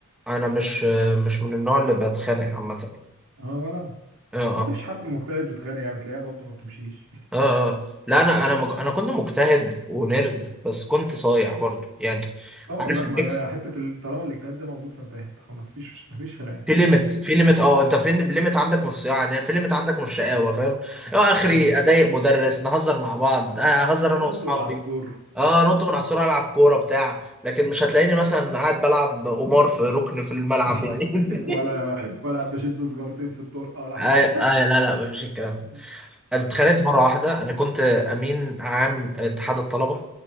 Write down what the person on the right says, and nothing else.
اه ولا أنا.
عامة مفيش حد مجتهد بتخانق يعني تلاقيها برضو ما بتمشيش
اه
لا
ما هي حتة ال- طالما الاجتهاد ده موجود فانتهت خلاص مفيش مفيش خناقات
اه
ننط
من على السور
<laughs>
ولا
ولا بشد سجارتين في الطرقة ولا حاجة
<laughs>
ايوه
ايوه